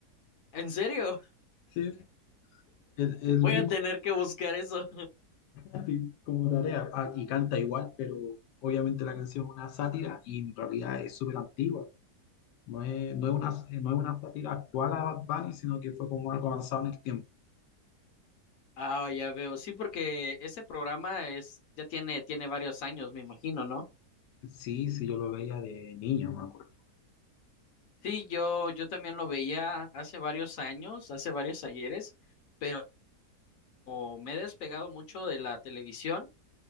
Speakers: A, on the left (about 60°); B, on the left (about 90°).
A: ¿En serio?
B: Sí, el, el
A: Voy
B: mismo
A: a tener
B: tipo,
A: que buscar eso.
B: así <laughs> como tarea. Ah, y canta igual, pero obviamente la canción es una sátira y en realidad es súper antigua. No es, no es una, no es una sátira actual a Bad Bunny, sino que fue como algo avanzado en el tiempo.
A: Ah, ya veo. Sí, porque ese programa es, ya tiene, tiene varios años, me imagino, ¿no?
B: Sí, sí, yo lo veía de niño, me acuerdo.
A: Sí, yo, yo también lo veía hace varios años, hace varios ayeres, pero como me he despegado mucho de la televisión,